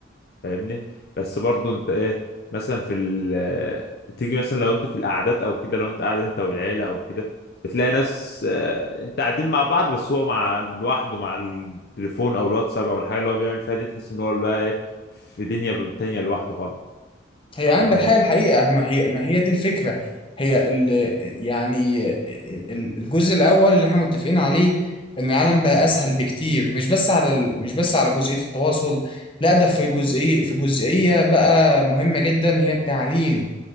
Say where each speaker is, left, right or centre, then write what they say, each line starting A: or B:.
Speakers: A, on the left (about 50°); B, on the left (about 25°).
A: فاهمني بس برضو انت ايه مثلا في ال تيجي مثلا لو انت في القعدات او كده لو انت قاعد انت والعيله او كده بتلاقي ناس آه، انت قاعدين مع بعض بس هو مع لوحده مع التليفون او الواتساب او الحاجه اللي هو بيعمل فيها دي تحس ان هو بقى ايه في دنيا تانية لوحده خالص
B: هي عندك
A: فاهمني
B: حاجة الحقيقة ما هي ما هي دي الفكرة هي ال يعني ال- الجزء الأول اللي احنا متفقين عليه إن العالم بقى أسهل بكتير مش بس على ال مش بس على جزئية التواصل لا ده في جزئية في جزئية بقى مهمة جدا هي التعليم